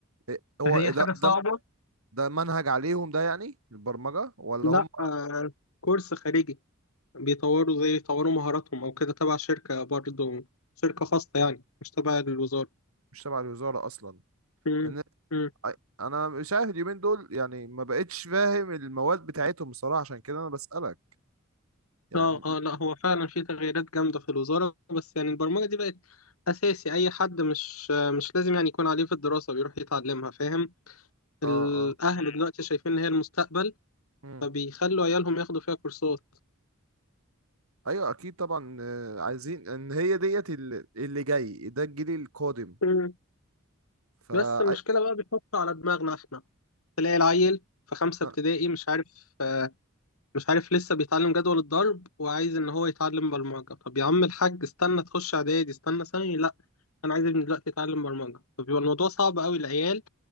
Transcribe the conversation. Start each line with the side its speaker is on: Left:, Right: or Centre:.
Right: إيه، هو
Left: فهي
Right: ده
Left: حاجة صعبة
Right: ده ده منهج عليهم ده يعني البرمجه ولا
Left: لا
Right: هم
Left: آه، كورس خارجي بيطوروا زي يطوروا مهاراتهم أو كده تبع شركة برضه شركة خاصة يعني مش تبع الوزارة
Right: مش تبع الوزارة أصلا
Left: مم.
Right: إن
Left: مم.
Right: أنا مش عارف اليومين دول يعني ما بقتش فاهم المواد بتاعتهم بصراحة عشان كده أنا بسألك يعني
Left: اه اه لا هو فعلا في تغييرات جامدة في الوزارة بس يعني البرمجة دي بقت أساسي أي حد مش آه، مش لازم يعني يكون عليه في الدراسة بيروح يتعلمها فاهم
Right: آه
Left: الأهل
Right: آه
Left: دلوقتي شايفين إن هي المستقبل
Right: مم.
Left: فبيخلوا عيالهم ياخدوا فيها كورسات
Right: أيوه أكيد طبعا آه، عايزين إن هي ديت ال- اللي جاي ده الجيل القادم
Left: مم.
Right: فا
Left: بس المشكلة
Right: أي-
Left: بقى بيحطوا على دماغنا إحنا تلاقي العيل في خمسة
Right: آه،
Left: ابتدائي مش عارف آه، مش عارف لسه بيتعلم جدول الضرب وعايز ان هو يتعلم برمجة طب يا عم الحاج استنى تخش اعدادي استنى ثانوي لا انا عايز ابني دلوقتي يتعلم برمجة طب يبقى الموضوع صعب قوي العيال